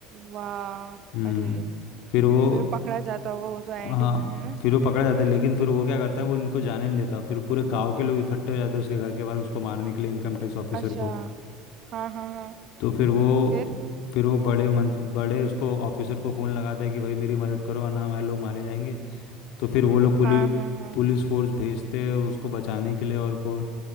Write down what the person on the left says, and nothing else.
हम्म
फिर वो
हाँ
फिर वो पकड़ा जाता है लेकिन फिर वो क्या करता है वो इनको जाने नहीं देता फिर पूरे गांव के लोग इकट्ठे हो जाते हैं उसके घर के बाहर उसको मारने के लिए इनकम टैक्स ऑफिसर
को
तो फिर वो
फिर वो बड़े मंत बड़े उसको ऑफिसर को फ़ोन लगाता है कि भाई मेरी मदद करो वरना हमारे लोग मारे जाएंगे तो फिर वो लोग पुलिस
पुलिस फोर्स भेजते हैं उसको बचाने के लिए और फिर